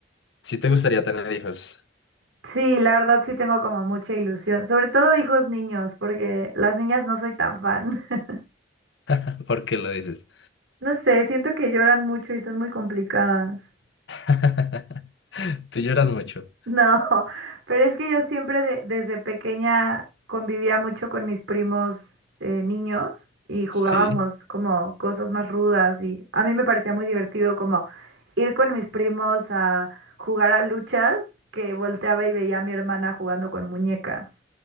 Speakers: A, on the left; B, on the right.
A: Si te gustaría tener hijos,
B: Sí, la verdad sí tengo como mucha ilusión, sobre todo hijos niños, porque las niñas no soy tan fan. <laughs>
A: <laughs> ¿por qué lo dices?
B: No sé, siento que lloran mucho y son muy complicadas.
A: <laughs> Tú lloras mucho.
B: No, <laughs> pero es que yo siempre de- desde pequeña convivía mucho con mis primos eh, niños y jugábamos
A: Sí.
B: como cosas más rudas y a mí me parecía muy divertido como ir con mis primos a jugar a luchas que volteaba y veía a mi hermana jugando con muñecas.